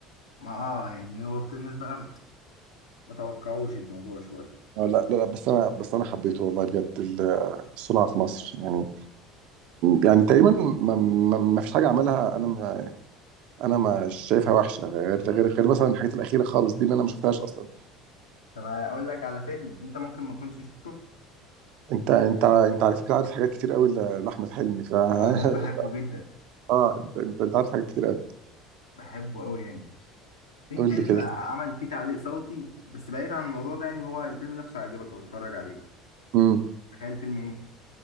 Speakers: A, on the left; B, on the right.
A: ما اه يعني هو ابت- الناس بقى ما توقعوش الموضوع شوية
B: آه لا لا لا بس انا بس انا حبيته والله بجد ال- الصناعه في مصر يعني يعني تقريبا ما, ما, ما فيش حاجه عملها انا ما انا ما شايفها وحشه غير غير غير مثلا الحاجات الاخيره خالص دي اللي انا ما شفتهاش اصلا
A: طب أقول لك على فيلم أنت ممكن ما كنتش شفته
B: انت انت انت على فكره عارف حاجات كتير قوي ل- لاحمد حلمي ف <laughs>
A: اه ده أنا بحبه جدا
B: اه انت انت انت عارف حاجات كتير قوي
A: بحبه أوي يعني في
B: قول
A: فيلم
B: لي كده
A: عمل فيه تعليق صوتي بس بعيد عن الموضوع ده يعني هو الفيلم نفسه عجبك بتفرج عليه
B: امم
A: تخيل فيلم إيه؟